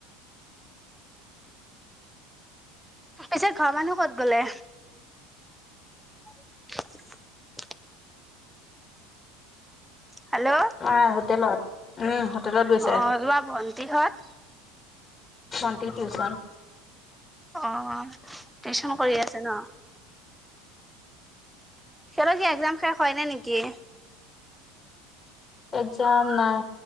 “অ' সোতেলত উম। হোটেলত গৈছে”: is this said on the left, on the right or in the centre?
Left